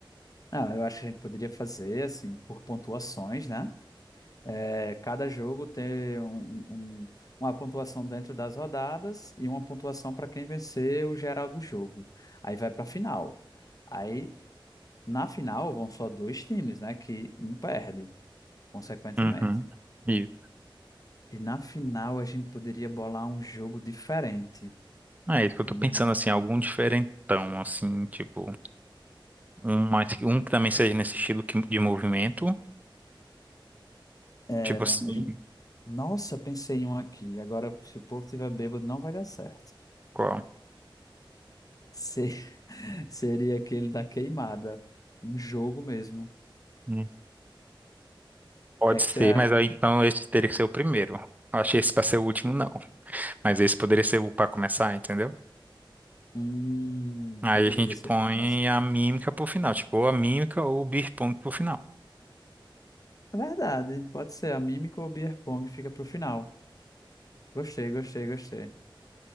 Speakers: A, on the left; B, on the right.
A: Não, eu acho que a gente poderia fazer, assim, por pontuações, né? É, cada jogo tem um- um- um, uma pontuação dentro das rodadas e uma pontuação para quem vencer o geral do jogo. Aí vai para a final. Aí na final vão só dois times, né? Que um perde, consequentemente.
B: Uhum. E
A: E na final a gente poderia bolar um jogo diferente.
B: ah, é isso que eu tô
A: Hum,
B: pensando, assim, algum diferentão, assim, tipo, um, mais, um que também seja nesse estilo que- de movimento.
A: era.
B: Tipo assim,
A: A gente... Nossa, pensei em um aqui. Agora, se o povo tiver bêbado, não vai dar certo.
B: qual?
A: Se- <laughs> Seria aquele da queimada. Um jogo mesmo. O
B: Hum. Pode
A: que é que
B: ser,
A: você acha?
B: mas aí então esse teria que ser o primeiro. Eu achei esse pra ser o último, não. Mas esse poderia ser o pra começar, entendeu?
A: Hum,
B: Aí
A: poderia
B: a gente
A: ser,
B: põe
A: mas
B: a mímica pro final, tipo, ou a mímica ou o beer pong pro final.
A: é verdade, pode ser. A mímica ou o beer pong fica pro final. Gostei, gostei, gostei.